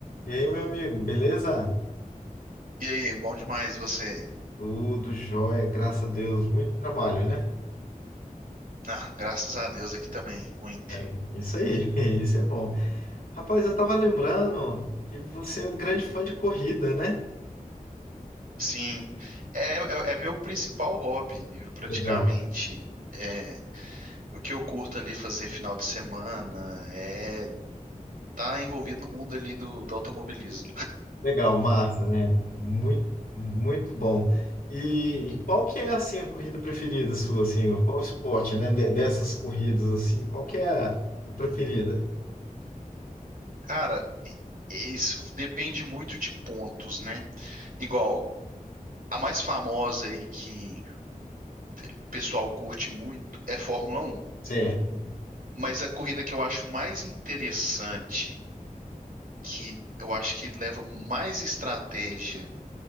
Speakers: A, on the left; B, on the right.
A: E aí, meu amigo, beleza?
B: E aí, bom demais e você?
A: Tudo jóia, graças a Deus. Muito trabalho, né?
B: Ah, graças a Deus aqui também, muito.
A: É, isso aí, <laughs> isso é bom. Rapaz, eu tava lembrando que você é um grande fã de corrida, né?
B: Sim, é, é, é meu principal hobby, eu praticamente.
A: Legal.
B: É, o que eu curto ali fazer final de semana é tá envolvido no mundo ali do, do automobilismo.
A: Legal, massa, né? Muito, muito bom. E, e qual que é, assim, a corrida preferida sua, assim? Qual esporte, né? de- dessas corridas, assim, qual que é a a preferida?
B: Cara, isso depende muito de pontos, né? Igual, a mais famosa aí que o pessoal curte muito é Fórmula Um.
A: Certo.
B: Mas a corrida que eu acho mais interessante que eu acho que leva mais estratégia